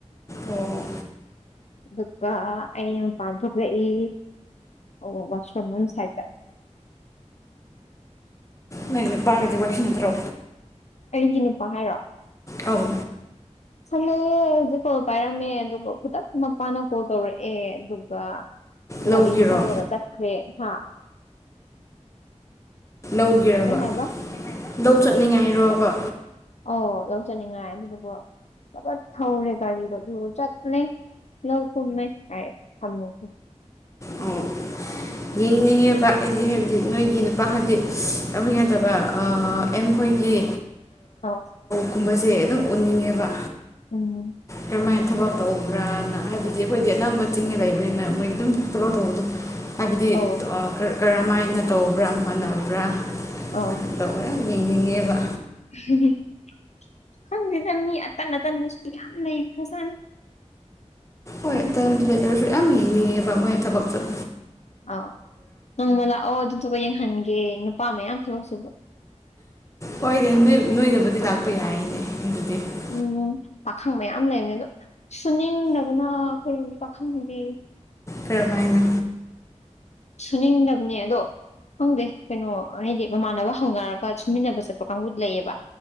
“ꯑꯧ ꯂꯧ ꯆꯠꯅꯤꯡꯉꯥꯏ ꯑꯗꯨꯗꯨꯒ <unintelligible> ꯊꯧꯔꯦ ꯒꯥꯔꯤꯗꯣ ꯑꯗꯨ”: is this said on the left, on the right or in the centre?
Left